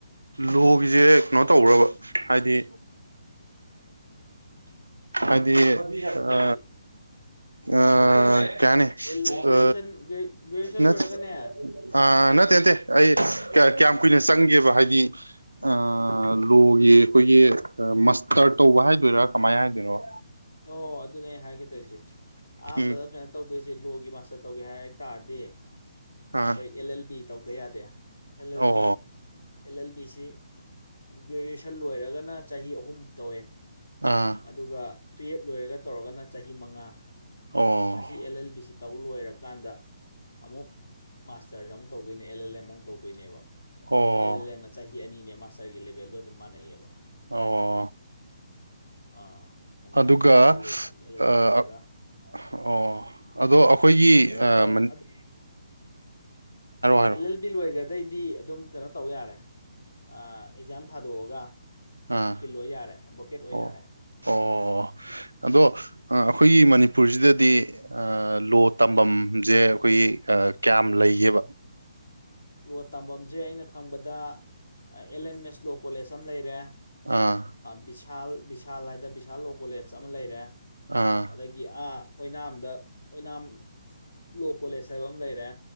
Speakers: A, on the right (about 75°); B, on the left (about 60°).
A: ꯂꯣꯒꯤꯁꯦ ꯀꯩꯅꯣ ꯇꯧ꯭ꯔꯕ ꯍꯥꯏꯗꯤ ꯑꯗꯤ
B: ꯀꯔꯤ
A: ꯑ ꯑ ꯀꯩ ꯍꯥꯏꯅꯤ
B: ꯒ꯭ꯔꯦꯖꯨꯋꯦꯁꯟ
A: ꯑ
B: ꯒ꯭ꯔꯦꯖꯨꯋꯦꯁꯟ
A: ꯅꯠ
B: ꯂꯣꯏꯔꯒꯅꯦ
A: ꯑ ꯅꯠꯇꯦ ꯅꯠꯇꯦ ꯑꯩ ꯀꯌꯥꯝ ꯀꯨꯏꯅ ꯆꯪꯒꯦꯕ ꯍꯥꯏꯗꯤ ꯑ ꯂꯣꯒꯤ ꯑꯩꯈꯣꯏꯒꯤ ꯃꯁꯇꯔ ꯇꯧꯕ ꯍꯥꯏꯗꯣꯏꯔꯥ ꯀꯃꯥꯏꯅ ꯍꯥꯏꯗꯣꯏꯅꯣ
B: ꯑꯣ ꯑꯗꯨꯅꯦ ꯑꯩ ꯍꯥꯏꯒꯦ ꯇꯧꯏꯖꯦ ꯑꯍꯥꯟꯕꯗ
A: ꯎꯝ
B: ꯀꯩꯅꯣ ꯇꯧꯗꯣꯏꯁꯦ ꯂꯣꯒꯤ ꯃꯥꯁꯇꯔ ꯇꯧꯒꯦ ꯍꯥꯏ ꯇꯔꯗꯤ
A: ꯑꯥ
B: ꯑꯩꯈꯣꯏ ꯑꯦꯜ ꯑꯦꯜ ꯕꯤ ꯇꯧꯗ ꯌꯥꯗꯦ ꯑꯦꯜ
A: ꯑꯣ
B: ꯑꯦꯜ ꯕꯤ꯫ ꯑꯦꯜ ꯑꯦꯜ ꯕꯤ ꯁꯤ ꯒ꯭ꯔꯦꯖꯨꯑꯦꯁꯟ ꯂꯣꯏꯔꯒꯅ ꯆꯍꯤ ꯑꯍꯨꯝ ꯇꯧꯋꯦ꯫
A: ꯑꯥ
B: ꯑꯗꯨꯒ ꯇꯨꯌꯦꯞ ꯂꯣꯏꯔꯒ ꯇꯧꯔꯒꯅ ꯆꯍꯤ ꯃꯉꯥ
A: ꯑꯣ
B: ꯑꯁꯤ ꯑꯦꯜ ꯑꯦꯜ ꯕꯤ ꯁꯤ ꯇꯧ ꯂꯣꯏꯔꯀꯥꯟꯗ ꯑꯃꯨꯛ ꯃꯥꯁꯇꯔꯁꯦ ꯑꯃꯨꯛ ꯇꯧꯗꯣꯏꯅꯦ ꯑꯦꯜ ꯑꯦꯜ ꯑꯦꯝ ꯑꯃꯨꯛ ꯇꯧꯗꯣꯏꯅꯦꯕ
A: ꯑꯣ
B: ꯑꯗꯨꯗ ꯑꯦꯜ ꯑꯦꯜ ꯑꯦꯝꯅ ꯆꯍꯤ ꯑꯅꯤꯅꯦ ꯃꯥꯁꯇꯔꯒꯤ ꯂꯦꯕꯦꯜꯗꯣ ꯑꯗꯨꯝ ꯃꯥꯟꯅꯩꯌꯦꯕ꯫
A: ꯑꯣ꯫
B: ꯑꯥ ꯑꯗꯨꯃꯥꯏꯅ
A: ꯑꯗꯨꯒ
B: ꯇꯧꯋꯦ ꯑꯦ ꯑꯦꯜ ꯑꯦꯜꯕꯤ
A: ꯑꯥ
B: ꯂꯣꯏꯔꯒ
A: ꯑꯣ ꯑꯗꯣ ꯑꯩꯈꯣꯏꯒꯤ
B: ꯀꯩꯅꯣ
A: ꯑ
B: ꯇꯧꯔꯒ
A: ꯃꯅꯤ
B: ꯑꯗꯨ
A: ꯍꯥꯏꯔꯣ
B: ꯑꯦꯜ ꯑꯦꯜ ꯕꯤ ꯂꯣꯏꯈ꯭ꯔꯗꯩꯗꯤ ꯑꯗꯨꯝ ꯀꯩꯅꯣ ꯇꯧ ꯌꯥꯔꯦ ꯑꯦꯛꯖꯥꯝ ꯊꯥꯗꯣꯛꯑꯒ
A: ꯑꯥ
B: ꯎꯀꯤꯜ ꯑꯣꯏ ꯌꯥꯔꯦ ꯑꯗꯚꯣꯀꯦꯠ ꯑꯣꯏ
A: ꯑꯣ
B: ꯌꯥꯔꯦ꯫
A: ꯑꯣ ꯑꯗꯣ ꯑ ꯑꯩꯈꯣꯏꯒꯤ ꯃꯅꯤ ꯃꯅꯤꯄꯨꯔꯁꯤꯗꯗꯤ ꯂꯣ ꯇꯝꯕꯝꯖꯦ ꯑꯩꯈꯣꯏꯒꯤ ꯀꯌꯥꯝ ꯂꯩꯒꯦꯕ꯫
B: ꯂꯣ ꯇꯝꯖꯝꯖꯦ, ꯑꯩꯅ ꯈꯪꯕꯗ ꯑꯦꯜ ꯑꯦꯝ ꯑꯦꯁ ꯂꯣ ꯀꯣꯂꯦꯖ ꯑꯃ ꯂꯩꯔꯦ꯫
A: ꯑꯥ꯫
B: ꯚꯤꯁꯥꯜ ꯚꯤꯁꯥꯜ ꯍꯥꯏꯗꯅ ꯚꯤꯁꯥꯜ ꯂꯣ ꯀꯣꯂꯦꯖ ꯑꯃ ꯂꯩꯔꯦ
A: ꯑꯥ
B: ꯑꯗꯒꯤ ꯒꯤ ꯑꯥ ꯑꯣꯏꯅꯥꯝꯗ ꯑꯣꯏꯅꯥꯝ ꯂꯣ ꯀꯣꯂꯦꯖ ꯍꯥꯏꯕ ꯑꯃ ꯂꯩꯔꯦ꯫